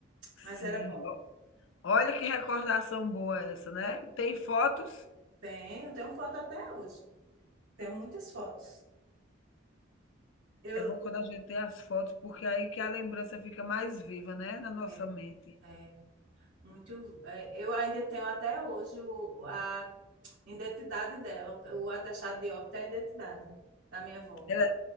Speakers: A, on the left; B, on the right.
A: Sim,
B: Mas era bom.
A: o olha que recordação boa essa, né? Tem fotos,
B: Tenho, tenho foto até hoje. Tenho muitas fotos. Eu,
A: é bom quando a gente tem as fotos, porque é aí que a lembrança fica mais viva, né, na nossa
B: é,
A: mente.
B: é, muito, é, eu ainda tenho até hoje o, a Identidade dela, o atestado de óbito é a identidade da minha avó.
A: Ela